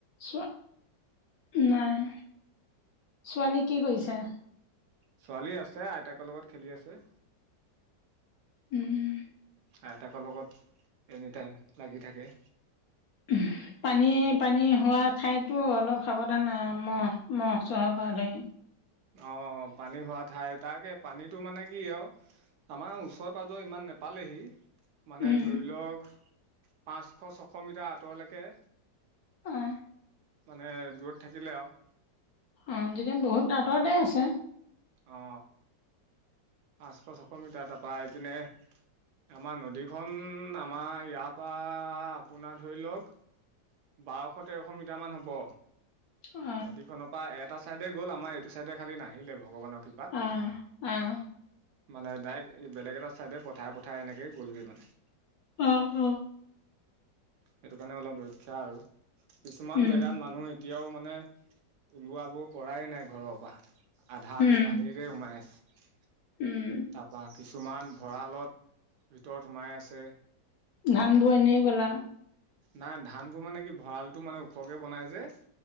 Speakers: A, on the left; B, on the right.
A: চোৱা নাই ছোৱালী কি কৰিছে।
B: ছোৱালী আছে আইতাকৰ লগত খেলি আছে।
A: উম।
B: আইতাকৰ লগত এনিটাইম লাগি থাকে।
A: উম পানী পানী হোৱা ঠাইতো অলপ সাৱধান মহ' মহ' চহৰ পৰা ধৰি।
B: অঁ পানী হোৱা ঠাই তাকে পানীটো মানে কি আৰু আমাৰ ওচৰে পাঁজৰে ইমান নে পালেহি মানে,
A: উম,
B: ধৰি লওক পাঁচশ ছশ মিটাৰ আঁতৰলৈকে।
A: অহ।
B: মানে দূৰত থাকিলে আৰু।
A: অঁ তেতিয়া বহুত আঁতৰতে আছে।
B: অ, পাঁচশ ছশ মিটাৰ তাৰপৰা এই পিনে, আমাৰ নদীখন, আমাৰ ইয়াৰ পৰা আপোনাৰ ধৰি লওক। বাৰশ তেৰশ মিটাৰমান হ'ব।
A: অ'।
B: নদীখনৰ পৰা এটা চাইডে গ'ল আমাৰ এইটো চাইডে খালি নাহিলে, ভগৱানৰ কৃপা
A: অ অহ।
B: মানে ডাইৰেক্ট বেলেগ এটা চাইডে পঠাই পঠাই এনেকে গ'লগৈ মানে।
A: অহ।
B: সেইটো কাৰণে অলপ ৰক্ষা আৰু কিছুমান
A: উম,
B: জেগাত মানুহ। এতিয়াও মানে ওলোৱাব পৰাই নাই, ঘৰৰ পৰা আধাটো
A: উম,
B: পানীৰ, তে সোমাই আছে।
A: উম,
B: তাৰপৰা কিছুমান ভঁৰালত ভিতৰত সোমাই আছে।
A: ধান বোৰ এনেই গ'ল আৰু।
B: নাই, ধানবোৰ মানে কি ভঁৰালটো মানে ওখকে বনাই যে।